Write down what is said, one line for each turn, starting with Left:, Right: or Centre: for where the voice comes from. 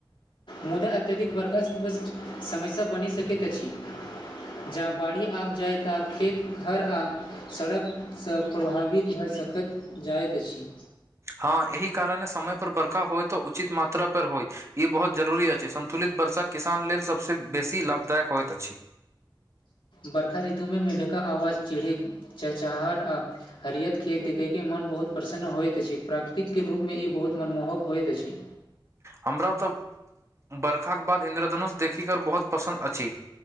Left: मुदा अत्यधिक बर्खा सम समस्या बनि सकैत अछि जँ बाढ़ि आब जाय तऽ खेत घर आ सड़कसँ प्रभावित भए सकैत जाइत अछि
Right: हँ एहि कारण समय पर बर्खा होइ त उचित मात्रा पर होइ ई बहुत जरूरी अछि संन्तुलित वर्षा किसान लेल सभसँ बेसी लाभदायक होइत अछि
Left: बरखा ऋतुमे मेढ़का आवाज चिढ़ी चहचहट आ हरियत खेत देखयके मोन बहुत प्रसन्न होइत अछि प्राकृतिके रूपमे ई बहुत मनमोहक होइत अछि
Right: हमरा तऽ बर्खाक के बाद इन्द्रधनुष देखिकर बहुत पसन्द अछि